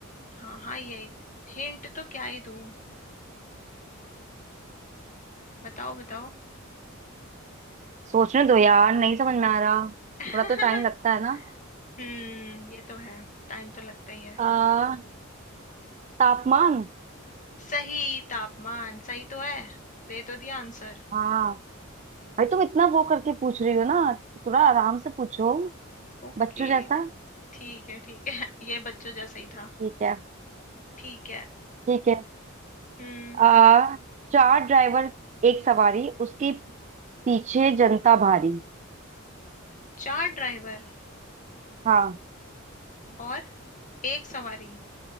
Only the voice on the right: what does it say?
सोचने दो यार नहीं समझ में आ रहा
थोड़ा तो टाइम लगता है ना
आ, तापमान
हाँ भाई तुम इतना वो करके पूछ रही हो ना थोड़ा आराम से पूछो
बच्चों जैसा
ठीक है
ठीक है
आ, चार ड्राइवर एक सवारी उसके पीछे जनता भारी
हाँ